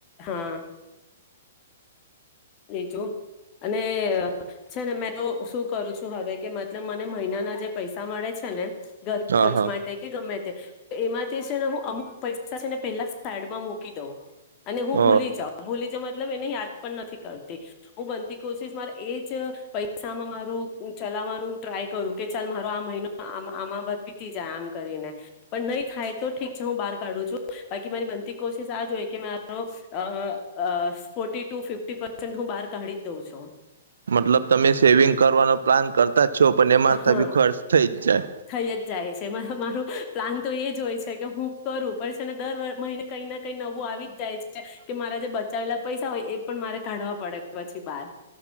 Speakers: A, on the left; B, on the right.
A: હા. રજું. અને છે ને, મેં તો શું કરું છું હવે કે મતલબ મને મહિનાના જે પૈસા મળે છે ને. ઘરખર્ચ
B: હા હા
A: માટે કે ગમે એમાંથી છેને હું અમુક પૈસા છે ને પેલા જ સાઈડમાં મકી દઉં અને હું
B: હ
A: ભૂલી જાઉં ભૂલી મતલબ એને યાદ પણ નથી કરતી. હું બનતી કોશિશ મારે એજ પૈસામાં મારું ચલાવવાનું ટ્રાય કરું કે ચાલ મારો આ મહિનો આમાં વીતી જાય આમ કરીને પણ નહી થાય તો ઠીક છે હું બહાર કાઢું છું બાકી મારી બનતી કોશિશ આ જ હોય કે મારો અ.. અ ફો ટુ ફિફટી પરસેન્ટ હું બાર કાઢી દઉં છું
B: મતલબ તમે સેવિંગ કરવાનો પ્લાન કરતાં જ છો પણ એમાં
A: હા
B: બી ખર્ચ થઈ જ જાય
A: થઈ જ જાય છે મારું પ્લાન તો એ જ હોય છે કે હું કરું પણ છે ને દર મહિને કંઈ ના કંઈ નવું આવી જાય છે કે મારા જે બચાવેલા પૈસા હોય એ પણ મારે કાઢવા પડે પછી બાર